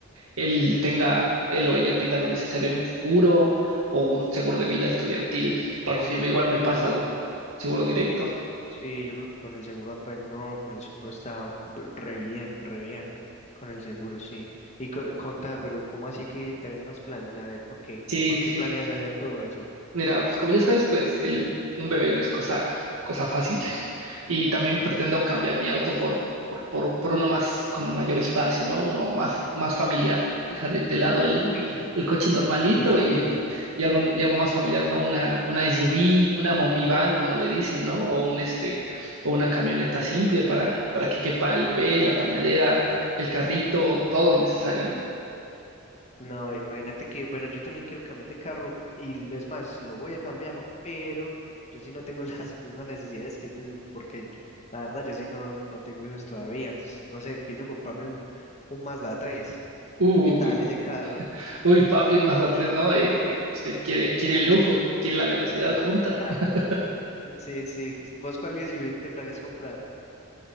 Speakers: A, on the right; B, on the left.
A: él tenga, él o ella tenga lo necesario en un futuro, o un seguro de vida estudiantil,
B: No,
A: por si
B: yo
A: igual
B: creo que
A: me
B: el
A: pasa
B: seguro.
A: algo. Seguro directo.
B: Sí, yo creo que con el seguro apenas, no, con el seguro está b- re bien, re bien. Con el seguro, sí. Y co- contá, pero ¿cómo así que tenés más planes? A ver, ¿por qué?
A: Sí,
B: ¿Por
A: sí.
B: qué planeas
A: sí.
B: hacer todo eso?
A: Mira, pues como ya sabes, pues el, un bebé no es cosa, cosa fácil <laughs> y
B: Ujú.
A: también pretendo cambiar mi auto por, por, por, por uno más con mayor espacio, ¿no? Uno más, más familiar, dejar de, de lado el,
B: Uy,
A: el coche normalito
B: yo también.
A: y, y, algo, y algo más familiar, ¿no? Una, una SUV, una mommy van, como le dicen, ¿no? O un este, o una camioneta simple para, para que quepa el bebé, la pañalera, la- el carrito, todo lo necesario, ¿no?
B: No, imagínate que, bueno, yo también quiero cambiar de carro y es más, lo voy a cambiar, pero yo sí no tengo <laughs> las mismas necesidades que tú, porque la verdad yo sí no, no tengo hijos todavía, entonces, no sé, pienso comprarme un, un Mazda 3.
A: Uy,
B: ¿Qué tal ese carro?
A: Uy, papi, en Mazda 3 no, ¿eh? Eh, Usted quiere, quiere
B: Eh,
A: el lujo,
B: su-
A: quiere la velocidad junta.
B: <laughs>
A: <laughs>
B: Sí, sí. ¿Vos cuál USUV te planeas comprar?